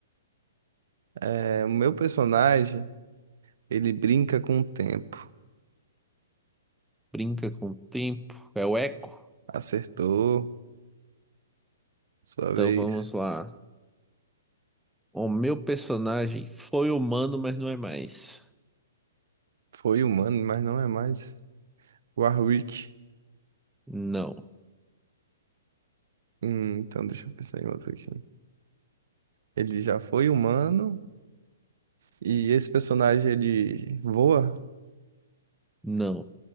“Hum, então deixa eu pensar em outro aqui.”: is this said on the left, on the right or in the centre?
Right